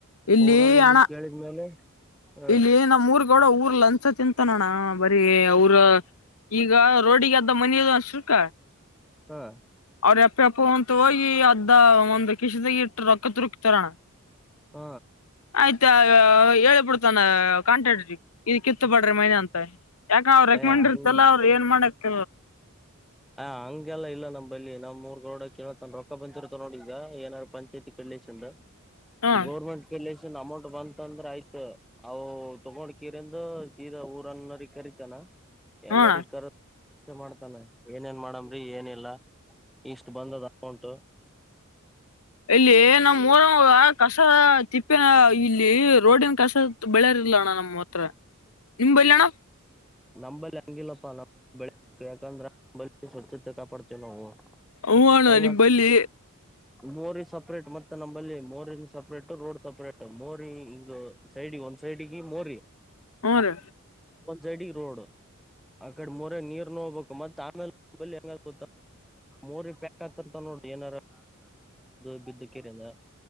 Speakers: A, on the left; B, in the centre.
A: ಇಲ್ಲಿ
B: ಊರನ್ ಮಂದಿಗೆ
A: ಅಣ
B: ಕೇಳಿದ್ಮೇಲೆ ಹ
A: ಇಲ್ಲಿ ನಮ್ಮ್ ಊರ್ ಗೌಡ ಊರ್ಲ್ಲ ಅನ್ಸ ತಿಂತನೋಣ್ಣ ಬರೀ ಅವರ ಈಗ ರೋಡಿಗೆ ಅದ್ದ ಮನದು ಒ ಶುಲ್ಕ
B: ಹಾ
A: ಅವ್ರ ಎಪ್ಪ ಎಪ್ಪ ಅಂತ ಹೋಗಿ ಅದ್ದ ಒಂದ್ ಕಿಶದಾಗ ಇಟ್ಟು ರೊಕ್ಕ ತುರುಕ್ತಾರಣ
B: ಹ
A: ಆಯ್ತಾ ಹೇಳಬಡ್ ಕಂಟಾಡ್ರಿ ಇದ ಕಿತ್ತು ಪಡ್ರಿ ಮೈನೆ ಅಂತ <unintelligible> ಯಾಕ ಅವ್ರ ರೆಕಮೆಂಡ್
B: ಏ ಹಂಗ
A: ಇರ್ತಲ್ಲ ಅವರು ಏನ್ ಮಾಡಕ್
B: ಹ ಹಂಗೆಲ್ಲ ಇಲ್ಲ ನಮ್ಮಲ್ಲಿ ನಮ್ಮೊರ್ ಗೌಡ ಕೇಳ್ತಾನಾ ರೊಕ್ಕ ಬಂದಿರುತ್ತಾ ನೋಡಿ ಈಗ ಏನಾರು ಪಂಚಾಯತಿ. ಕೆನ್
A: ಹ್ಮ
B: ಗೌರ್ಮೆಂಟ್ ಕೆಲ್ಲಸನ್ ಅಮೌಂಟ್ ಬಂತ ಅಂದ್ರೆ ಆಯ್ತ. ಅವು ತಗೊಂಡ ಕೀರಿಂದು ಸೀದಾ ಊರನ್ನ್ರ ಕರೀತಾನ. ಎಲ್ಲರಿ
A: ಹ್ಮ
B: ಕರದು ಚರ್ಚೆ ಮಾಡ್ತಾನೆ. ಏನೇನ್ ಮಾಡಮ್ರಿ ಏನಿಲ್ಲ ಇಷ್ಟು ಬಂದದ್ ಅಮೌಂಟ್.
A: ಇಲ್ಲಿ ನಮ್ಮ್ ಮಊರಂಗ ಕಸ ತಿಪ್ಪಿನ ಇಲ್ಲಿ ರೋಡಿನ ಕಸ. ಬೆಳೆರ್ರ್ಲ ಅಣ್ಣ ನಮ್ಮ್ ಹತ್ರ ನಿಮ್ ಬೆಲ್ಲಣ್ಣ.
B: ನಂಬಲ್ ಅಂಗಿಲ್ಲಪ್ಪ ನಂ ಬೆಳೆ ಬೇಕೆತಂದ್ರಾ ನಮ್ಮಲ್ಲಿ ಸ್ವಚ್ಛತೆ ಕಾಪಡ್ ತ್ತೇವೆ ನಾವು.
A: ಹು ಅಣ್ಣ
B: ಹೆಂಗ
A: ನಿಂಬಲ್ಲಿ.
B: ಮೋರಿ ಸಪ್ರೇಟ್ ಮತ್ತೆ ನಮ್ಮಲ್ಲಿ ಮೋರಿನ್ ಸಪ್ರೇಟ್ಟು ರೋಡ್ ಸಪ್ರೇಟ್ಟು ಮೋರಿ ಹಿಂಗು. ಸೈಡಿಗ್ ಒಂದ್ ಸೈಡಿಗೆ ಮೋರಿ.
A: ಹುರೀ.
B: ಒಂದ್ ಸೈಡಿಗ್ ರೋಡು ಆ ಕಡೆ ಮೊರ್ಯಗ್ ನೀರ್ ನೋಬೇಕು ಮತ್ತ್ ಆಮೇಲೆ ನಂಬಲ್ ಲೋ ತಮ್ಮ ಆ ಮೋರಿ ಪೆಟ್ <unintelligible>